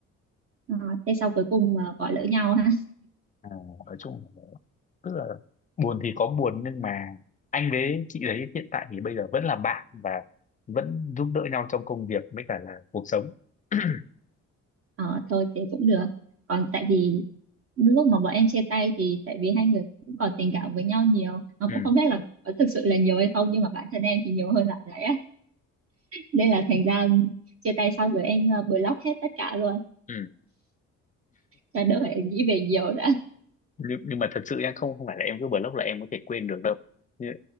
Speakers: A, on the right; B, on the left.
A: ờ, thế sau cuối cùng ờ, bỏ lỡ nhau ha
B: à, nói chung là tức là buồn thì có buồn nhưng mà anh với chị đấy hiện tại thì bây giờ vẫn là bạn và vẫn giúp đỡ nhau trong công việc với cả là cuộc sống <clears throat>
A: ờ thôi thế cũng được còn tại vì lúc mà bọn em chia tay thì tại vì hai người cũng còn tình cảm với nhau nhiều mà
B: ừ,
A: cũng không biết là có thực sự là nhiều hay không nhưng mà bản thân em thì nhiều hơn bạn đấy á. nên là thành ra chia tay xong rồi em ờ, block hết tất cả luôn
B: ừ.
A: cho đỡ phải nghĩ về nhiều đã
B: nhưng nhưng mà thật sự nha không không phải là em cứ block là em có thể quên được đâu nhưng,